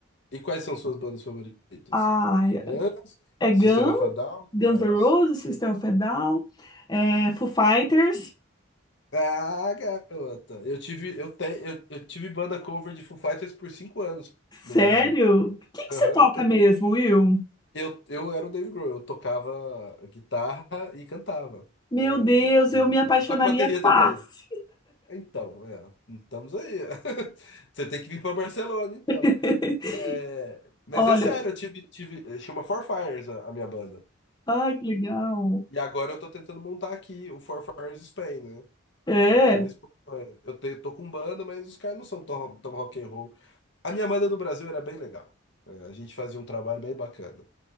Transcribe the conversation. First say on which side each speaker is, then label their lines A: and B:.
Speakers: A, on the left; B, on the left.
A: E quais são suas bandas favoritas?
B: Ah,
A: assim? Cigana,
B: é
A: System
B: Guns,
A: of a Down, o que
B: Guns
A: mais?
B: N' Roses, System of a Down, é Foo Fighters.
A: Ah, garota, eu tive, eu tenho, eu, eu tive banda cover de Foo Fighters por cinco anos
B: Sério?
A: no Brasil.
B: O que que
A: Aham.
B: você toca mesmo, Will?
A: Eu, eu era o Dave Grohl, eu tocava guitarra e cantava.
B: Meu
A: É,
B: Deus,
A: e
B: eu me apaixonaria
A: eu toco bateria
B: fácil.
A: também. Então, é, estamos aí. <laughs> Você tem que vir para Barcelona, então.
B: <laughs>
A: É, mas
B: Olha,
A: é sério, eu tive, tive, chama Four Fires a, a minha banda.
B: ai, que legal.
A: E agora eu tô tentando montar aqui o Four Fires Spain, né?
B: É,
A: É, aqui na Espanha. Eu te- tô com banda, mas os caras não são tão, tão rock and roll. A minha banda no Brasil era bem legal. É, a gente fazia um trabalho bem bacana.